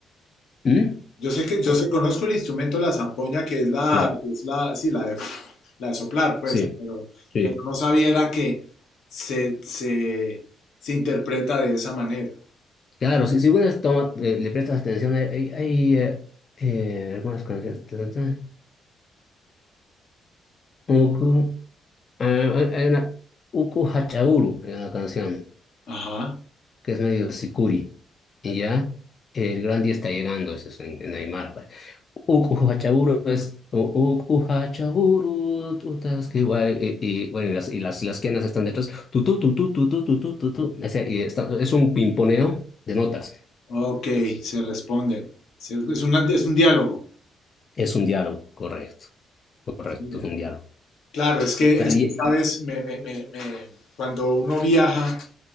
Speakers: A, on the left; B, on the left.
A: ¿Mm?
B: Yo sé que, yo
A: Ah,
B: sé, conozco el instrumento, la zampoña, que es la,
A: Claro,
B: que es la, sí, la de, <laughs> la de soplar, pues,
A: sí,
B: pero,
A: sí.
B: pero no sabía era que se, se, se interpreta de esa manera.
A: Claro, si, si uno es toma- eh, le prestas atención, eh, hay, hay eh, eh, algunas canciones. ta, ta, ta. Uku, ah, hay una, Uku Hachauru, hay una canción.
B: Ajá.
A: que es medio sicuri, y ya el gran día está llegando, eso es en, en Aymara. pa- Uk Ujachaburu es u- Uk Ujachaburu, tutas que guay, y, y, bueno, y las, y las, las quenas están detrás, tu tu tu tu tu tu tu tu tu, tu. O sea, y está- es un pimponeo de notas,
B: Ok, se responden. Se- Es una- es un diálogo.
A: es un diálogo, correcto, correcto,
B: Mira.
A: es un diálogo.
B: Claro, es que, es
A: Dale,
B: que,
A: y-
B: sabes, me, me- me- me- cuando uno viaja,